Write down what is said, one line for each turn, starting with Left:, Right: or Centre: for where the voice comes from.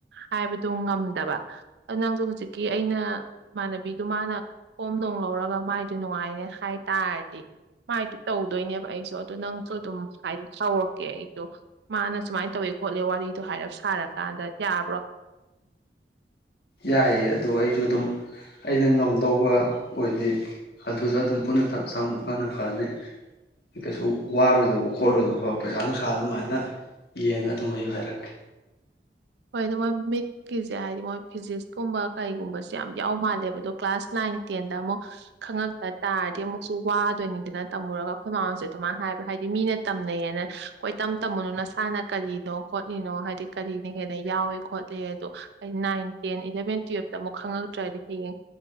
Right: ꯍꯥꯏꯕꯗꯣ ꯉꯝꯗꯕ ꯑꯗꯨ ꯅꯪꯁꯨ ꯍꯧꯖꯤꯛꯀꯤ ꯑꯩꯅ ꯏꯃꯥꯟꯅꯕꯤꯗꯨ ꯃꯥꯅ ꯐꯣꯝ ꯅꯨꯡ ꯂꯧꯔꯒ ꯃꯥꯏꯗꯨ ꯅꯨꯡꯉꯥꯏꯅꯦ ꯍꯥꯏ ꯇꯥꯔꯗꯤ ꯃꯥꯏꯗꯨ ꯇꯧꯗꯣꯏꯅꯦꯕ ꯑꯩꯁꯨ ꯑꯗꯨꯗ ꯅꯪꯁꯨ ꯑꯗꯨꯝ ꯍꯥꯏꯗꯤ ꯍꯧꯔꯛꯀꯦ ꯑꯩꯗꯣ ꯃꯥꯅ ꯁꯨꯃꯥꯏꯅ ꯇꯧꯋꯦ ꯈꯣꯠꯂꯦ ꯋꯥꯔꯤꯗꯣ ꯍꯥꯏꯔꯞ ꯁꯥꯔꯀꯥꯟꯗ ꯌꯥꯕ꯭ꯔꯣ?
Left: ꯌꯥꯏꯌꯦ ꯑꯗꯣ ꯑꯩꯁꯨ ꯑꯗꯨꯝ ꯑꯩꯅ ꯉꯝꯗꯧꯕ ꯑꯣꯏꯗꯤ ꯑꯗꯨꯗ ꯑꯗꯨꯝ ꯄꯨꯟꯅ ꯇꯝ ꯆꯪꯕꯅꯥ ꯐꯔꯥꯅꯤ ꯀꯩꯁꯨ ꯋꯥꯔꯣꯏꯗꯧꯕ ꯈꯣꯠꯂꯣꯏꯗꯧꯕ ꯄꯩꯁꯥ ꯅꯨꯡꯁꯥ ꯑꯗꯨꯃꯥꯏꯅ ꯌꯦꯡꯉ ꯑꯗꯨꯝ ꯑꯩꯁꯨ ꯍꯥꯏꯔꯛꯀꯦ꯫
Right: ꯍꯣꯏ ꯑꯗꯨ ꯃꯣꯏ ꯃꯤꯠꯀꯤꯁꯦ ꯍꯥꯏꯗꯤ ꯃꯣꯏ ꯐꯤꯖꯤꯛꯁꯀꯨꯝꯕ ꯀꯩꯒꯨꯝꯕꯁꯦ ꯌꯥꯝ ꯌꯥꯎ ꯃꯥꯜꯂꯦꯕ ꯑꯗꯣ ꯀ꯭ꯂꯥꯁ ꯅꯥꯏꯟ ꯇꯦꯟꯗ ꯑꯃꯨꯛ ꯈꯪꯉꯛꯇ ꯇꯥꯔꯗꯤ ꯑꯃꯨꯛꯁꯨ ꯋꯥꯗꯣꯏꯅꯤꯗꯅ ꯇꯝꯃꯨꯔꯒ ꯑꯩꯈꯣꯏ ꯍꯣꯌꯁꯨ ꯑꯗꯨꯃꯥꯏꯅ ꯍꯥꯏꯕ ꯍꯥꯏꯗꯤ ꯃꯤꯅ ꯇꯝꯅꯩꯌꯦꯅ ꯀꯣꯏ ꯇꯝ ꯇꯝꯃꯨꯅꯨ ꯅꯁꯥꯅ ꯀꯔꯤꯅꯣ ꯈꯣꯠꯂꯤꯅꯣ ꯍꯥꯏꯗꯤ ꯀꯔꯤ ꯍꯦꯟꯅ ꯌꯥꯎꯏꯦ ꯈꯣꯠꯂꯤ ꯑꯗꯣ ꯑꯩ ꯅꯥꯏꯟ ꯇꯦꯟ ꯏꯂꯚꯦꯟ ꯇꯨꯌꯦꯜꯞꯇ ꯑꯃꯨꯛ ꯈꯪꯉꯛꯇ꯭ꯔꯗꯤ ꯍꯌꯦꯡ